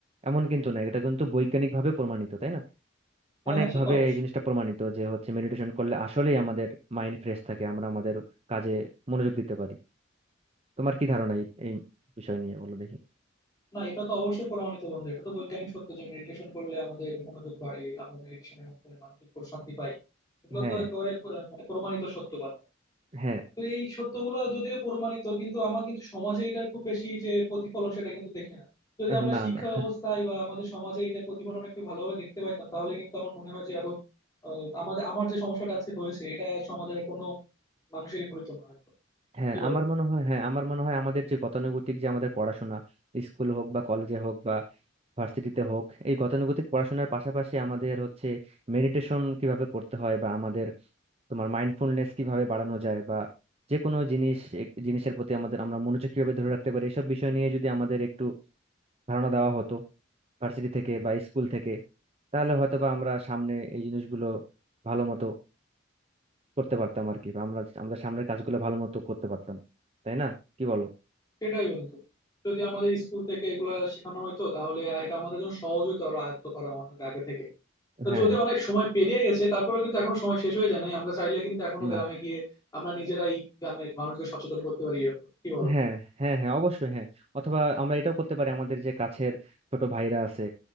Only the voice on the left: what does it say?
হ্যাঁ
হ্যাঁ সে তো অবশ্যই
না এটা তো অবশ্যই প্রমাণিত বন্ধু এটা তো বৈজ্ঞানিক সত্য যে মেডিটেশন করলে আমাদের মনোযোগ বাড়ে আমরা মেডিটেশনের মাধ্যমে মানসিক প্রশান্তি পাই এগুলো
তো একেবারে আহ, মানে প্রমাণিত সত্য কথা
তো এই সত্যগুলো যদিও প্রমাণিত কিন্তু আমার কিন্তু সমাজে এটার খুব বেশি যে প্রতিফলন সেটা কিন্তু দেখি না যদি
আমরা
শিক্ষা
ব্যবস্থায় বা আমাদের সমাজে এটা প্রতিফলন একটু ভালোভাবে দেখতে পাইতাম তাহলে কিন্তু আমার মনে হয় যে আরো আহ, আমাদের আমার যে সমস্যাটা আজকে হয়েছে এটা সমাজের কোনো মানুষেরই হইতো না হয়তো
কি বলো
সেটাই বন্ধু যদি আমাদের স্কুল থেকে এগুলা শেখানো হয়তো তাহলে এটা আমাদের জন্য সহজ হতো আরো আয়ত্ত করা অনেক আগে থেকে তো
যদিও অনেক সময় পেরিয়ে গেছে তারপরেও কিন্তু এখনো সময় শেষ হয়ে যায় নাই আমরা চাইলে কিন্তু এখনো
গ্রামে গিয়ে আমরা নিজেরাই গ্রামের মানুষদের সচেতন করতে পারি এরকম। কি বলো